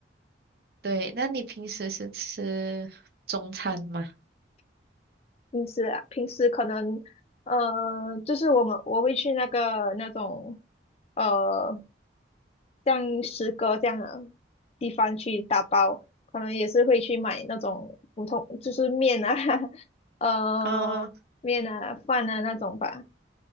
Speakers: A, on the right; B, on the left.
A: 对，那你平时是吃中餐吗？
B: 平时啊，平时可能呃就是我们我会去那个那种。呃像诗歌这样的地方去打包，可能也是会去买那种普通，就是面啊，<laughs> 呃，
A: 啊，
B: 面啊、饭啊那种吧，